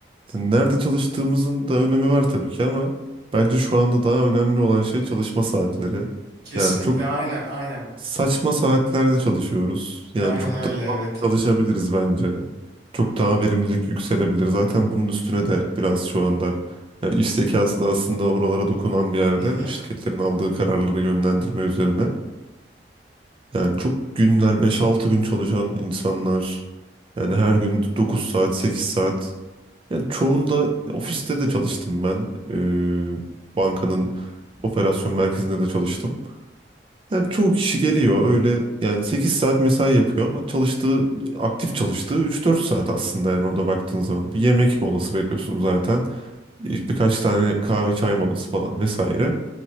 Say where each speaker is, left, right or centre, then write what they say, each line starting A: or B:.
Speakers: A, on the right; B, on the right.
A: nerede çalıştığımızın da önemi var tabii ki ama bence şu anda daha önemli olan şey çalışma saatleri.
B: Kesinlikle
A: Yani çok
B: aynen aynen.
A: Saçma saatlerde çalışıyoruz. Yani
B: Aynen
A: çok
B: öyle
A: daha
B: evet.
A: çalışabiliriz bence. Çok daha verimlilik yükselebilir. Zaten bunun üstüne de biraz şu anda yani iş zekası da aslında oralara dokunan bir yerde
B: Hı hı.
A: şirketlerin aldığı kararları yönlendirme üzerine. Yani çok günler beş altı gün çalışan insanlar yani her gün 9 saat sekiz saat yani çoğunda ofiste de çalıştım ben. Ee, bankanın operasyon merkezinde de çalıştım. Yani çoğu kişi geliyor öyle yani 8 saat mesai yapıyor ama çalıştığı aktif çalıştığı üç dört saat aslında yani orada baktığın zaman. Bir yemek molası veriyorsun zaten. Bir- Birkaç tane kahve çay molası falan vesaire.